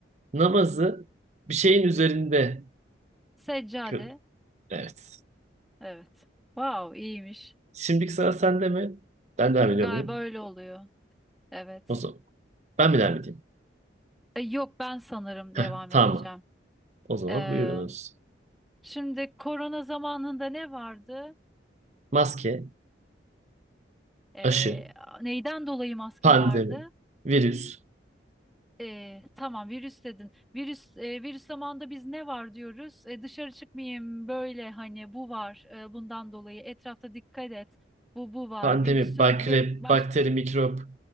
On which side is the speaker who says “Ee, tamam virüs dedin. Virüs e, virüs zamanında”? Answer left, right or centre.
Centre